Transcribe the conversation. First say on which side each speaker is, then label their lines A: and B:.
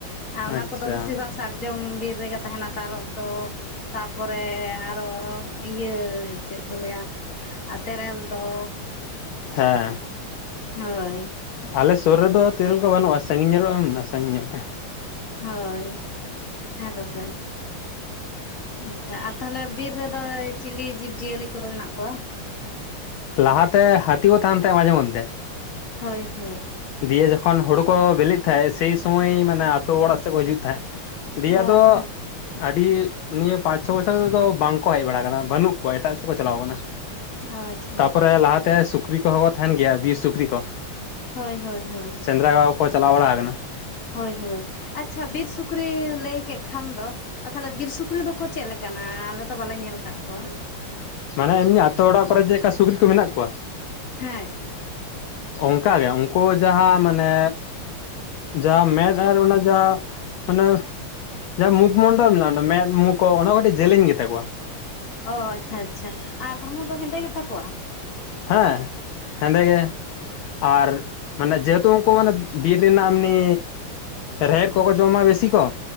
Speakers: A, on the left; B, on the left.
A: ᱟ ᱚᱱᱟ
B: ᱟᱪᱪᱷᱟ
A: ᱠᱚᱫᱚ ᱵᱮᱥᱤᱨ ᱵᱷᱟᱜ ᱥᱟᱨᱡᱚᱢ ᱵᱤᱨ ᱨᱮᱜᱮ ᱛᱟᱦᱮᱱᱟ ᱛᱟᱨᱚᱵ ᱫᱚ᱾ ᱛᱟᱯᱚᱨᱮ ᱟᱨᱚ ᱤᱭᱟᱹ ᱪᱮᱜ ᱠᱚ ᱞᱟᱹᱭᱟ ᱟ ᱛᱮᱨᱮᱞ ᱫᱚ
B: ᱦᱮᱸ
A: ᱦᱳᱭ
B: ᱟᱞᱮ ᱥᱩᱨ ᱨᱮᱫᱚ ᱛᱤᱨᱤᱞ ᱠᱚ ᱵᱟᱹᱱᱩᱜᱼᱟ, ᱥᱟᱹᱜᱤᱧ <unintelligible> ᱥᱟᱹᱜᱤᱧ ᱧᱚᱜᱼᱟ ᱨᱮ᱾
A: ᱦᱳᱭ ᱦᱮᱸ ᱫᱚᱥᱮ᱾ ᱟᱪᱪᱷᱟ ᱟᱨ ᱛᱟᱦᱞᱮ ᱵᱤᱨ ᱨᱮᱫᱚ ᱪᱤᱞᱤ ᱡᱤᱵᱽᱡᱤᱭᱟᱹᱞᱤ ᱠᱚᱫᱚ ᱢᱮᱱᱟᱜ ᱠᱚᱣᱟ?
B: ᱞᱟᱦᱟᱛᱮ ᱦᱟᱹᱛᱤ ᱠᱚ ᱛᱟᱦᱮᱱ ᱛᱟᱦᱮᱸᱜ ᱢᱟᱡᱷᱮ ᱢᱚᱫᱫᱷᱮ᱾
A: ᱦᱳᱭ ᱦᱳᱭ
B: ᱫᱤᱭᱮ ᱡᱚᱠᱷᱚᱱ ᱦᱳᱲᱩ ᱠᱚ ᱵᱤᱞᱤᱜ ᱛᱟᱦᱮᱸᱜ ᱥᱮᱭ ᱥᱩᱚᱢᱚᱭ ᱢᱟᱱᱮ ᱟᱛᱳ ᱚᱲᱟᱜ ᱥᱮᱜ ᱠᱚ ᱦᱤᱡᱩᱜ ᱛᱟᱦᱮᱸᱜ᱾ ᱫᱤᱭᱮ
A: ᱚ
B: ᱟᱫᱚ
A: ᱟᱪᱪᱷᱟ
B: ᱟᱹᱰᱤ ᱱᱤᱭᱟᱹ ᱯᱟᱸᱪ ᱪᱷᱚ ᱵᱚᱪᱷᱚᱨᱫᱚ ᱵᱟᱝ ᱠᱚ ᱦᱮᱡ ᱵᱟᱲᱟ ᱠᱟᱱᱟ, ᱵᱟᱹᱱᱩᱜ ᱠᱚᱣᱟ ᱮᱴᱟᱜ ᱥᱮᱫ ᱠᱚ ᱪᱟᱞᱟᱣ ᱠᱟᱱᱟ᱾
A: ᱚ ᱟᱪᱪᱷᱟ
B: ᱛᱟᱯᱚᱨᱮ
A: ᱟᱪᱪᱷᱟ
B: ᱞᱟᱦᱟᱛᱮ ᱥᱩᱠᱨᱤ ᱠᱚᱦᱚᱸ ᱠᱚ ᱛᱟᱦᱮᱱ ᱜᱮᱭᱟ ᱵᱤᱨ ᱥᱩᱠᱨᱤ ᱠᱚ᱾
A: ᱦᱳᱭ ᱦᱳᱭ ᱦᱳᱭ
B: ᱥᱮᱸᱫᱨᱟ <unintelligible> ᱪᱟᱞᱟᱣ ᱵᱟᱲᱟ ᱠᱟᱱᱟ᱾
A: ᱦᱳᱭ ᱦᱳᱭ ᱟᱪᱪᱷᱟ ᱵᱤᱨ ᱥᱩᱠᱨᱤ ᱞᱟᱹᱭ ᱠᱮᱜ ᱠᱷᱟᱱ ᱫᱚ ᱟᱨ ᱛᱟᱦᱞᱮ ᱵᱤᱨ ᱥᱩᱠᱨᱤ ᱫᱚᱠᱚ ᱪᱮᱜ ᱠᱮᱠᱟᱱᱟ? ᱟᱞᱮ ᱛᱚ ᱵᱟᱞᱮ ᱧᱮᱞ ᱠᱟᱫᱴᱜ ᱠᱚᱣᱟ᱾
B: ᱢᱟᱱᱮ ᱮᱢᱱᱤ ᱟᱛᱳ ᱚᱲᱟᱜ ᱠᱚᱨᱮ ᱪᱮᱜᱠᱟ ᱥᱩᱠᱨᱤ ᱠᱚ ᱢᱮᱱᱟᱜ ᱠᱚᱣᱟ?
A: ᱦᱮᱸ
B: ᱚᱝᱠᱟ ᱜᱮ ᱩᱝᱠᱩ ᱡᱟᱦᱟᱸ ᱢᱟᱱᱮ ᱡᱟ ᱢᱮᱫᱽ ᱟᱨ ᱚᱱᱟ ᱡᱟ ᱢᱟᱱᱮ ᱡᱟᱦᱟᱸ ᱢᱩᱠᱷᱢᱚᱱᱰᱚᱞ ᱢᱮᱱᱟᱜᱼᱟ ᱢᱮᱫᱽ ᱢᱩ ᱠᱚ ᱚᱱᱟ ᱠᱚ ᱠᱟᱹᱴᱤᱡ ᱡᱮᱞᱮᱧ ᱜᱮᱛᱟᱠᱚᱣᱟ᱾
A: ᱚ ᱟᱪᱪᱷᱟ ᱟᱪᱪᱷᱟ ᱟᱨ ᱦᱚᱲᱢᱚ ᱫᱚ ᱦᱮᱸᱫᱮ ᱜᱮᱛᱟᱠᱚᱣᱟ?
B: ᱦᱮᱸ ᱦᱮᱸᱫᱮ ᱜᱮ᱾ ᱟᱨ ᱢᱟᱱᱮ ᱡᱮᱦᱮᱛᱩ ᱩᱝᱠᱩ ᱢᱟᱱᱮ ᱵᱤᱨ ᱨᱮᱱᱟᱜ ᱮᱢᱱᱤ ᱨᱮᱦᱮᱫ ᱠᱚᱠᱚ ᱡᱚᱢᱟ ᱵᱮᱥᱤ ᱠᱚ